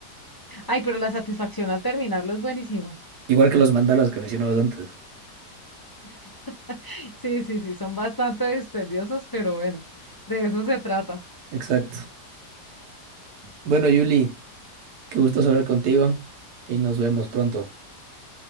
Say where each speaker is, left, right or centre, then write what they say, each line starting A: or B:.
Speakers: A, on the left; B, on the right.
A: Ay, pero la satisfacción al terminarlo es buenísima.
B: Igual que los mandalas que mencionabas antes.
A: <laughs> Sí, sí, sí, son bastante dispendiosos, pero bueno, de eso se trata.
B: Exacto. Bueno, Yuli, qué gusto hablar contigo. Ahí nos vemos pronto.